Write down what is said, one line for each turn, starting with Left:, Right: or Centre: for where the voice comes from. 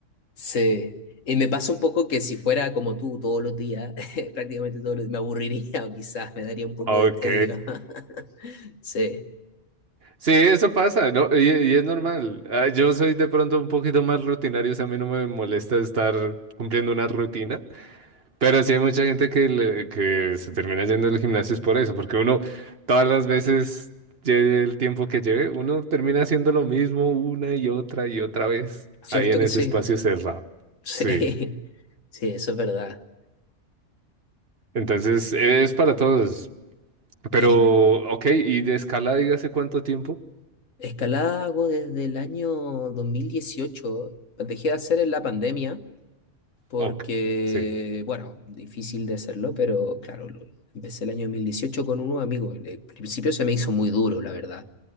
Left: Sí, y me pasa un poco que si fuera como tú todos los días, <laughs> prácticamente todos los días, me aburriría o quizás me daría un poco
Right: ok.
Left: de tedio. <laughs> Sí,
Right: Sí, eso pasa, ¿no? Y, y es normal. Ah, Yo soy de pronto un poquito más rutinario, o sea, a mí no me molesta estar cumpliendo una rutina. Pero sí hay mucha gente que, le- que se termina yendo al gimnasio es por eso, porque uno todas las veces, lleve el tiempo que lleve, uno termina haciendo lo mismo una y otra y otra vez
Left: cierto
Right: ahí en
Left: que
Right: ese
Left: sí,
Right: espacio cerrado.
Left: <laughs> sí,
Right: Sí,
Left: sí, eso es verdad.
Right: entonces e, es para todos. Pero,
Left: Y
Right: ok, y de escala, dígase cuánto tiempo.
Left: escalada hago desde el año 2018. dejé de hacer en la pandemia porque,
Right: Ok, sí,
Left: bueno, difícil de hacerlo, pero claro, lo- empecé el año 2018 con unos amigos. Al principio se me hizo muy duro, la verdad.